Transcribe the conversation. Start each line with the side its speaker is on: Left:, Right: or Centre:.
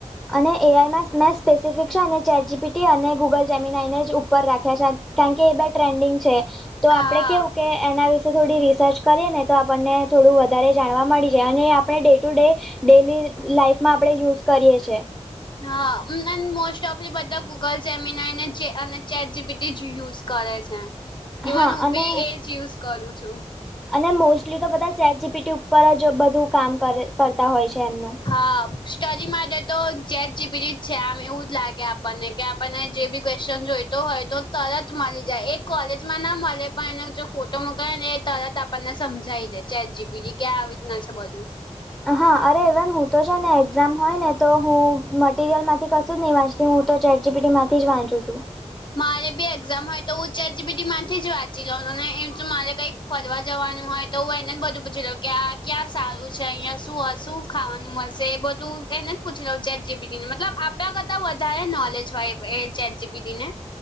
Centre: અને એઆઈમાં મેં સ્પેસિફિક છે અને ચેટ જીપીટી અને ગૂગલ જેમીના એને જ ઉપર રાખ્યા છે. કારણ કે એ બ ટ્રેન્ડિંગ છે તો
Left: હા
Centre: આપડે કેવું કે એના વિશે થોડી રિસર્ચ કરીએ ને તો આપણને થોડું વધારે જાણવા મળી જાય અને આપણે ડે ટુ ડે ડેલી લાઈફમાં આપણે યુઝ કરીએ છીએ.
Left: હા મોસ્ટ ઓફલી બધા ગૂગલ જેમીનાને અને ચેટ જીપીટી નેજ યુઝ કરે છે ઇવન
Centre: હા
Left: હું
Centre: અને
Left: બી એ જ યુઝ કરું છું.
Centre: અને મોસ્ટલી તો બધા ચેટ જીપીટી ઉપર જ બધું કામ કરતા હોય છે એમનું.
Left: હા સ્ટરી માટે તો ચેટ જીપીટી જ છે આમ એવું જ લાગે આપણને કે પણ જે બી ક્વેશ્ચન જોઈતો હોય તો તરત મળી જાય એ કોલેજમાં ના મળે પણ એને જો ફો તો મું ક ને એ તરત આપણને સમજાવી દે ચેટ જીપીટી કે આવી રીતના છે બધું.
Centre: હા અરે ઈવન હું તો છે ને એક્ઝામ હોય ને તો હું મટરિયલ માંથી ક નહી વાંચતી હું તો ચેટ જીપીડી માંથી જ વાંચું છું
Left: મારે બી એક્ઝામ હોય તો હું ચેટ જીડીપી માંથી જ વાંચી લઉં એમ તો મારે કઈ ફરવા જવાનું હોય તો હું એને જ બધું પૂછી લઉં કે આ ક્યાં સારું છે અહિયાં શું હ શું ખાવાનું મળશે એ બધું એને જ પૂછી લવ ચેટજીપીટી મતલબ આપણા કરતાં વધારે નોલેજ હોય એ. ચેટજીપીટી ને.